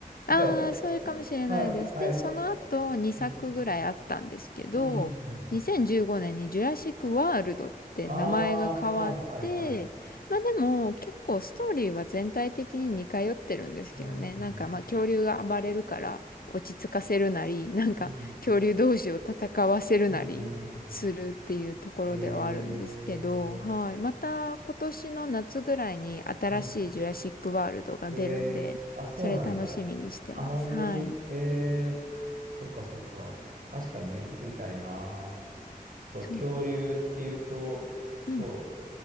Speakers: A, on the right; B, on the left.
A: <laughs>
B: ああ、
A: はい、
B: それかもしれないです。
A: はい、はい。
B: で、その後2作ぐらいあったんですけど、
A: うん、うん。
B: 2015年にジュラシック・ワールドって名前が変わって、
A: ああ、はい、はい、はい。
B: まあでも結構ストーリーは全体的に似通ってるんですけどね。
A: うん、
B: なんかまあ恐竜が暴れるから落ち着かせるなり、
A: うん、
B: なんか恐竜同士を戦わせるなりするっていうところではあるんですけど、
A: うん、うん。えー、
B: はい。また今年の夏ぐらいに新しいジュラシック・
A: うん、
B: ワールドが出るんで、
A: ええあ、そうなんだ。
B: それ楽しみにしてます。
A: あ、本当に。
B: はい。
A: ええそっかそっか。確かにね、見てみたいな。そう、
B: そうな。
A: 恐竜っていうと、そ
B: うん。